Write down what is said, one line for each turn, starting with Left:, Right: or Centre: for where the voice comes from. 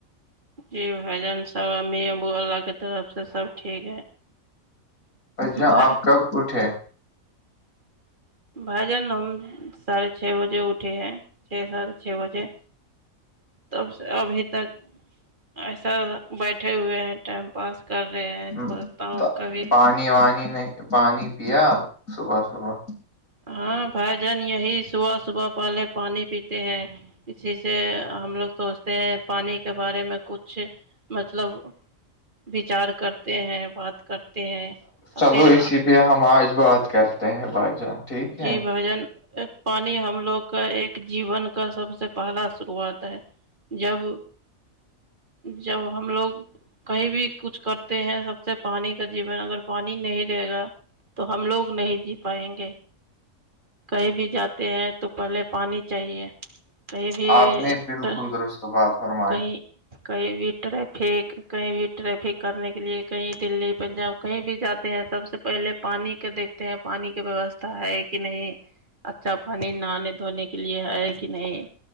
Right: جی بھ جن سب امی ابو واللہ کی طرف سے سب ٹھیک ہے
Left: ااں
Right: بھائی
Left: آپ کب اٹھے
Right: بھائی جان ہم ساڑھے چھ بجے اٹے ہیں چھ ساھے چھ بجے تب سے ابھی تک ایسا بیٹھے ہوئے ہیں ٹائم پاس کر رہے ہیں
Left: ہم،
Right: تووڑتا ہوں
Left: تا-
Right: کبھی
Left: پانی وانی نہیں پانی پیا صبح صبح
Right: ہاں بھائی جان یہی صبح صبح پہلے پانی پیتا ت ہیں اسی سے ہم لوگ سوچتے ہیں پانی کے بارے میں کچھ مطلب وچار کرتے ہیں بات کرتے ہیں اور
Left: چلو
Right: پھر
Left: اسی لیے ہم آج بات کرتے ہیں بھائی جان ٹھیک ہے
Right: جی بھجن ایک پانی ہم لوگ کا ایک جیون کا سب سے پہلا شروعات ہے جب جب ہم لوگ کہیں بھی کچھ کرتے ہیں سب سے پانی کا جیون اگر پانی نہیں رہے گا تو ہم لوگ نہیں جی پائیں گے کہیں بھی جاتے ہیں تو پہلے پانی چاہیے کہئی بھی
Left: آپ نے بالکل درست بات فرمائی
Right: کئی کہیں بھی ٹریفک کہیں بھی ٹریفک کرنے کے لیے کہیں دلی پنجاب کہیں بھی جاتے ہیں سب سے پہلے پانی کے دیکھتے ہیں پانی کی ویوستا ہے کہ نہیں اچھا پانی نہانے دھونے کے لیے ہے کہ نہیں